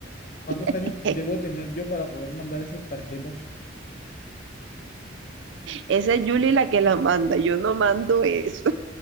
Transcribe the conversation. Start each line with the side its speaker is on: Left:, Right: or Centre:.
Left: ¿cuántos
Right: <laughs>
Left: años debo tener yo para poder mandar esa tarjeta?
Right: Esa es Julie la que la manda, yo no mando eso.